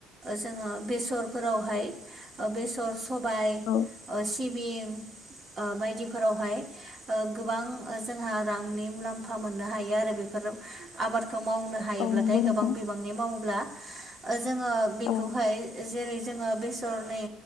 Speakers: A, on the right; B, on the left.
A: जोङो बेसरफोरावहाय बेसर सबाय
B: औ
A: सिबिं बायदिफोरावहाय गोबां जोंहा रांनि मुलाम्फा मोननो हायो आरो बेफोर आबादखौ माव मावनो हायोब्लाथाय
B: औ नंगौ
A: गोबां
B: नोंथां
A: बिबांनि मावोब्ला जोङो बेखौहाय
B: औ
A: जेरै जोङो बेसरनि